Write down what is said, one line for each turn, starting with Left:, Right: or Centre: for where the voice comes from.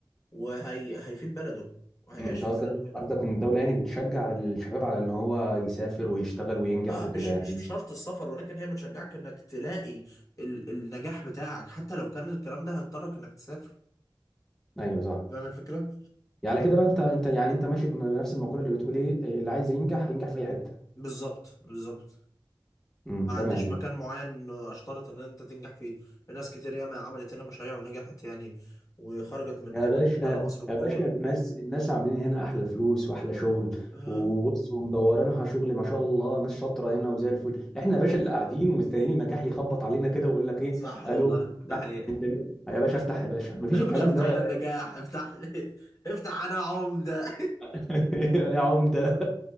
Left: وهي هيفيد بلده وهيعيش
Centre: مم. انت
Left: في
Centre: قصدك
Left: بلده هنا
Centre: قصدك ان الدوله يعني بتشجع الشباب على ان هو يسافر ويشتغل وينجح
Left: اه
Centre: وكده
Left: مش مش
Centre: يعني
Left: بشرط السفر ولكن هي بتشجعك انك تلاقي ال النجاح بتاعك حتى لو كان الكلام ده هيضطرك انك تسافر
Centre: ايوه صح
Left: فاهم الفكرة؟
Centre: يعني على كده بقى انت انت يعني انت ماشي بنفس المقوله اللي بتقول ايه اللي عايز ينجح هينجح في اي حته
Left: بالظبط بالظبط
Centre: امم
Left: ما
Centre: تمام
Left: عنديش مكان معين اشترط ان انت تنجح فيه في ناس كتير ياما عملت هنا مشاريع ونجحت يعني وخرجت من
Centre: يا
Left: هنا
Centre: باشا
Left: بره مصر كبار
Centre: يا باشا الناس الناس عاملين هنا احلى فلوس واحلى شغل
Left: آه.
Centre: وبص ومدورينها شغل ما شاء الله ناس شاطره هنا وزي الفل احنا يا باشا اللي قاعدين ومستنيين النجاح يخبط علينا كده ويقول لك ايه
Left: صح والله
Centre: الو
Left: ده
Centre: لا
Left: حقيقة
Centre: انت مين؟ يا باشا افتح يا باشا
Left: <laughs>
Centre: مفيش
Left: يا
Centre: الكلام
Left: باشا افتح
Centre: ده
Left: لنا النجاح افتح لي افتح انا عمدة
Centre: <laughs> يا عمده